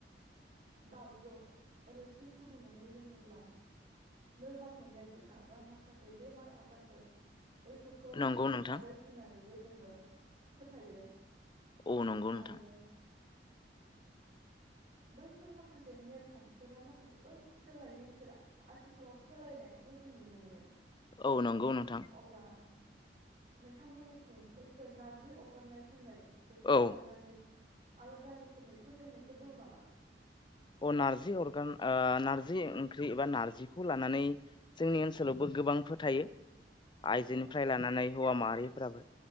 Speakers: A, on the right; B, on the left.
A: दाउजों रोसि फुदुंनानै लोङोब्ला लोरबां मोननाय देहा बा माखासे बेमार आजारफोर बैफोरखौ
B: नंगौ नोंथां
A: खारो होननानै बो जोङो फोथायो।
B: औ नंगौ नोंथां
A: आरो बैफोर माखासे नेमखान्थिफोरा माखासे ओनसोल लायै ओनसोल आथिखालाव सोलायनायखौबो जों नुनो मोनो।
B: औ नंगौ नोंथां।
A: अब्ला नोंथांमोननिथिं बैफोर नारजि अरगारनाय होननाय बेफोरखौ
B: औ
A: लानानै आलादा रोख खोमै फोथायनायफोर दं नामा?
B: अ नारजि अरगान ओ नारजि ओंख्रि एबा नारजिखौ लानानै जोंनि ओनसोलावबो गोबां फोथायो। आइजोनिफ्राय
A: औ
B: लानानै हौवा माहारिफ्राबो